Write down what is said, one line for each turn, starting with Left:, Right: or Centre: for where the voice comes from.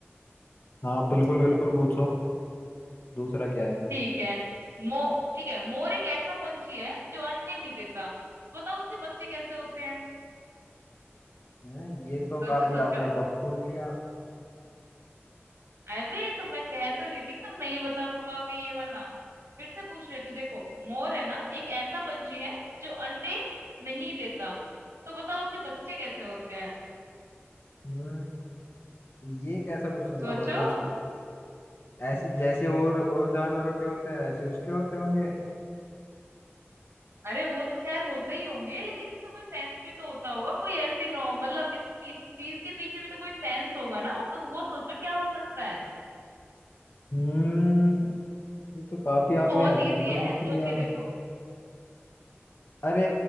Left: हाँ बिल्कुल बिल्कुल पूछो दूसरा क्या है
Right: ठीक है मो ठीक है मोर एक ऐसा पंछी है जो अंडे नहीं देता बताओ उसके बच्चे कैसे होते हैं
Left: हाँ, ये तो
Right: सोचो
Left: काफी
Right: सोचो
Left: आपने टफ पूछ लिया
Right: अरे तो मैं कह तो रही थी तुम नहीं बता पाओगे ये वाला फिर से पूछ लेती हूँ देखो मोर है ना एक ऐसा पंछी है जो अंडे नहीं देता तो बताओ उसके बच्चे कैसे होते हैं
Left: हम्म ये कैसा क्वेश्चन
Right: सोचो
Left: हुआ मतलब ऐसे जैसे और और जानवरों के होते हैं वैसे उसके होते होंगे
Right: अरे वो तो खैर होते ही होंगे लेकिन इसका कोई सेंस भी तो होता होगा कोई ऐसी नो मतलब इस, इस चीज के पीछे भी तो कोई सेंस होगा ना तुम वो सोचो क्या हो सकता है
Left: हम्म ये तो काफी आपने
Right: बहुत
Left: अजीब
Right: इजी
Left: सा
Right: है
Left: पूछ
Right: सोच
Left: लिया
Right: के देखो
Left: अरे